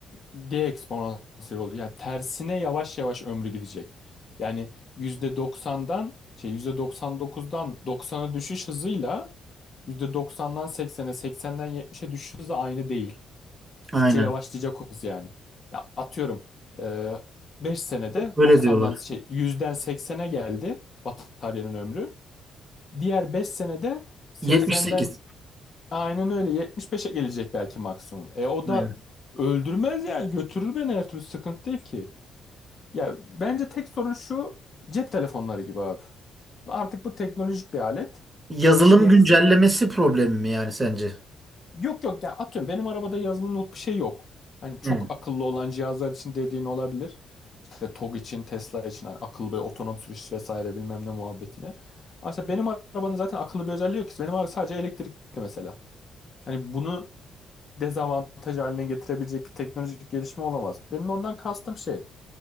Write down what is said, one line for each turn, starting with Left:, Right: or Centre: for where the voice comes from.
Left: D eksponansiyel oluyor. Yani tersine yavaş yavaş ömrü gidecek. Yani yüzde doksan'dan şey yüzde doksan dokuzdan doksan'a düşüş hızıyla yüzde doksan'dan seksen'e seksen'den yetmiş'e düşüş hızı aynı değil. Gittikçe
Right: Aynen.
Left: yavaşlayacak o hız yani. Ya atıyorum e, 5 senede
Right: Öyle
Left: doksan'dan
Right: diyorlar.
Left: şey yüzden seksen'e geldi bataryanın ömrü. Diğer 5 senede seksenden
Right: 78.
Left: aynen öyle yetmiş beşe gelecek belki maksimum. E o da
Right: Aynen.
Left: öldürmez yani götürür beni her türlü sıkıntı değil ki. Ya bence tek sorun şu cep telefonları gibi abi. Artık bu teknolojik bir alet.
Right: Yazılım
Left: Yenisi
Right: güncellemesi problemi mi yani sence?
Left: yok yok ya atıyorum benim arabada yazılımlık bir şey yok. Hani çok
Right: Hı.
Left: akıllı olan cihazlar için dediğin olabilir. İşte TOG için, Tesla için hani akıllı bir otonom sürüş vesaire bilmem ne muhabbetine. Aslında benim arabanın zaten akıllı bir özelliği yok ki. Benim araba sadece elektrikli mesela. Hani bunu dezavantaj haline getirebilecek bir teknolojik gelişme olamaz. Benim ondan kastım şey,